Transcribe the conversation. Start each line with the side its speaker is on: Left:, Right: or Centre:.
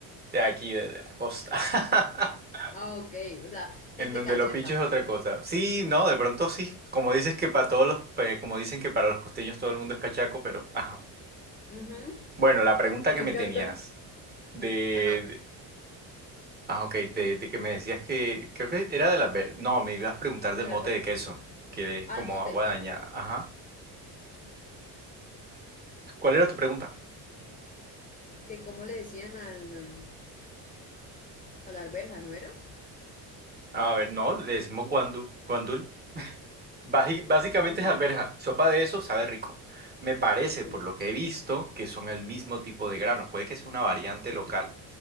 Right: De aquí, de de la costa. <laughs>
Left: Ah, ok. O sea, gente
Right: En donde
Left: cachaca,
Right: lo pincho es otra
Left: pues.
Right: cosa. Sí, no, de pronto sí. Como dices que para todos los, eh, como dicen que para los costeños todo el mundo es cachaco, pero ajá.
Left: Ujú,
Right: Bueno, la pregunta
Left: Me
Right: que me
Left: encanta.
Right: tenías de,
Left: Ajá.
Right: de- ah, ok, de, de que me decías que creo que era de las, ver- no, me ibas a preguntar del
Left: De la
Right: mote
Left: alberja.
Right: de queso, que es como
Left: Al mote,
Right: agua
Left: el mote.
Right: dañada. Ajá. ¿Cuál era tu pregunta?
Left: Que como le decían al, em, a la alberja, ¿no era?
Right: A ver, no, le decimos guandú, guandul. Baji-
Left: Guaidul.
Right: Básicamente es alberja. Sopa de eso sabe rico. Me parece,
Left: Ok.
Right: por lo que he visto, que son el mismo tipo de grano. Puede que sea una variante local.